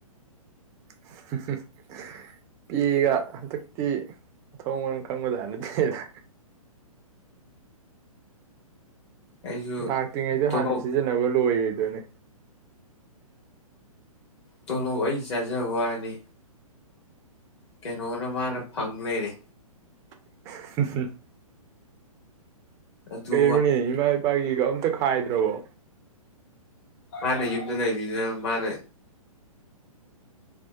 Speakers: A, on the right; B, on the left.
A: <unintelligible> ꯄꯦꯒ ꯍꯟꯗꯛꯇꯤ ꯃꯊꯣꯡ ꯃꯔꯝ ꯈꯪꯕꯖꯥꯠ ꯅꯠꯇꯦꯕ
B: ꯑꯩꯁꯨ
A: ꯂꯥꯛꯇ꯭ꯔꯤꯉꯩꯗ
B: ꯇꯣꯂꯣꯞ
A: ꯍꯥꯟꯅ ꯁꯤꯖꯤꯟꯅꯕ ꯂꯣꯏꯔꯦ ꯑꯗꯨꯅꯦ
B: ꯇꯣꯂꯣꯞ ꯑꯩ ꯆꯥꯖꯕ ꯋꯥꯅꯤ ꯀꯩꯅꯣꯅ ꯃꯥꯅ ꯐꯪ ꯂꯩꯔꯦ
A: <inaudible>
B: ꯑꯗꯨ
A: ꯀꯩꯅꯣꯅꯦ ꯏꯃꯥꯏ <unintelligible> ꯒꯤꯒ ꯑꯝꯇ ꯈꯥꯏꯗ꯭ꯔꯕꯣ
B: ꯃꯥꯅ ꯌꯨꯝꯗ ꯂꯩꯕꯅꯤꯅ ꯃꯥꯅ